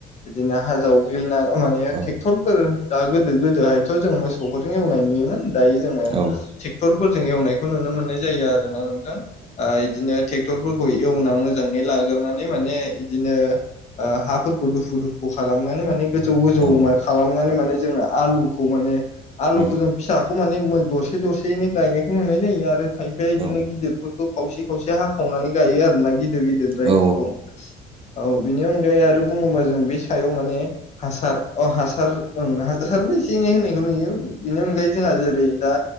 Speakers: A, on the left; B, on the right.
A: बिदिनो हाज जावग्लि माने
B: औ
A: ट्रेक्टर दा गोदो गोदोहायथ' जों मोसौफोरजों
B: उम
A: एवनाय नुयोमोन दायो जोङो
B: औ
A: ट्रेक्टरफोरजों एवनायखौ नुनो मोन्नाय जायो आरो ना नों बिदिनो
B: औ
A: ट्रेक्टरफोरखौ एवना मोजाङै लाग्रानै माने बिदिनो हाफोरखौ दुफु दुफु खालामनानै माने गो गोजौ गोजौ
B: औ
A: खालामनानै माने जोङो आलुखौ माने आलुखौ
B: उम
A: जों फिसाखौ खौ माने दरसे दरसेैनो गायनायखौ नुनाय जायो आरो खायफाया बिदिनो
B: उम औ
A: गिदिरफोरखौ खावसे खावसे हाखावनानै गायो आरो ना गिदिर गिदिर द्रायफोरखौ
B: औ
A: औ बिनि अनगायै आरो बुङोबा जों बे सायाव माने हासार औ हासा सार ओं <unintelligible> बो एसे एनै होनायखौ नुयो बिनि अनगायै जोंहा जेरै दा